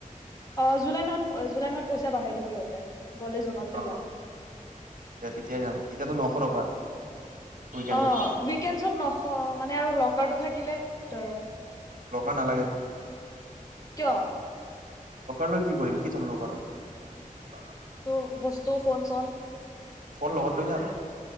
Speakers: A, on the left; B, on the right.
A: আহ জুলাই মাহত জুলাই মাহত পইচা বাঢ়াই দিব ইহঁতে গলে জুনতে
B: অ
A: যা।
B: এতিয়াই যাম এতিয়াতো নশ টকা উইকেণ্ডত
A: অ উইকেডছত নহ মানে আৰু ল থকাটো থাকিলে ভিতৰৰ
B: লগ নালাগে
A: কিয়
B: লকাৰ লৈ কি কৰিম কি থম লকাৰত
A: তোৰ বস্তু ফোন চোন
B: ফোন লগত লৈ যাম